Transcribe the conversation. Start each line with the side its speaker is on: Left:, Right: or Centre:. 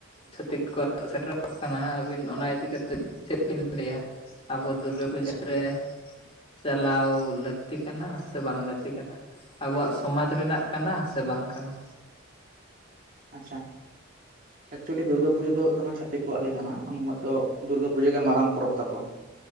Left: ᱪᱷᱟᱹᱛᱤᱠ ᱠᱚ ᱥᱮᱴᱮᱨᱚᱜ ᱠᱟᱱᱟ ᱟᱹᱵᱤᱱ ᱚᱱᱟ ᱤᱫᱤ ᱠᱟᱛᱮᱫ ᱪᱮᱫ ᱵᱤᱱ ᱞᱟᱹᱭᱼᱟ ᱟᱵᱚ ᱫᱩᱨᱜᱟᱹ ᱯᱩᱡᱟᱹ
Right: ᱟᱪᱪᱷᱟ
Left: ᱨᱮ ᱪᱟᱞᱟᱣ ᱞᱟᱹᱠᱛᱤ ᱠᱟᱱᱟ ᱥᱮ ᱵᱟᱝ ᱞᱟᱹᱠᱛᱤ ᱟᱵᱚᱣᱟᱜ ᱥᱚᱢᱟᱡᱽ ᱨᱮᱱᱟᱜ ᱠᱟᱱᱟ ᱥᱮ ᱵᱟᱝ ᱠᱟᱱᱟ
Right: ᱟᱪᱪᱷᱟ ᱮᱠᱪᱩᱭᱮᱞᱤ ᱫᱩᱨᱜᱟᱹ ᱯᱩᱡᱟᱹ ᱫᱚ ᱦᱩᱭᱩᱜ ᱠᱟᱱᱟ ᱪᱷᱟᱹᱤᱠᱣᱟᱜ ᱜᱮ ᱠᱟᱱᱟ ᱩᱹᱜ ᱫᱚ ᱫᱩᱨᱜᱟᱹ ᱯᱩᱡᱟᱹ ᱜᱮ ᱢᱟᱨᱟᱝ ᱯᱚᱨᱚᱵᱽ ᱛᱟᱠᱚ